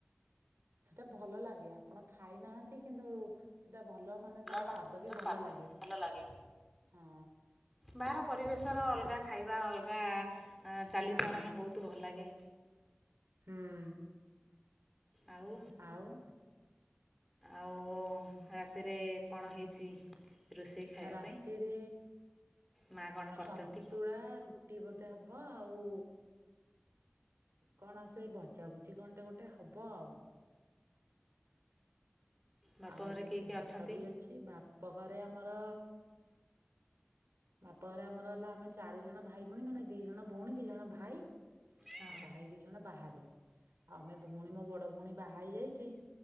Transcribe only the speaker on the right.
ସେଟା ଭଲ ଲାଗେ ଆପଣ ଖାଇନାହାନ୍ତି କିନ୍ତୁ ସେଟା ଭଲ ମାନେ ତାର
ସ୍ଵାଦ ବି ଭଲ ଲାଗେ
ହଁ
ହଁ
ହୁଁ
ଆଉ।
ରାତିରେ
ସନ୍ତୁଳା ରୁ ରୁଟି ବୋଧେ ହବ ଆଉ କଣ ସେ ଭଜା ଭୁଜି କଣଟେ ଗୋଟେ ହବ ଆଉ
ଆଉ
ଭାତ
ବି ଅଛି ବାପ ଘରେ ଆମର ବାପଘରେ ଆମର ହେଲା ଆମେ ଚାରି ଜଣ ଭାଇ ଭଉଣୀ ମାନେ ଦି ଜଣ ଭଉଣୀ ଦି ଜଣ ଭାଇ
ଆଉ ଭାଇ ଦି ଜଣ ବାହାରେ ଆଉ ଆମେ ଭଉଣୀ ମୋ ବଡ ଭଉଣୀ ବାହା ହେଇ ଯାଇଛି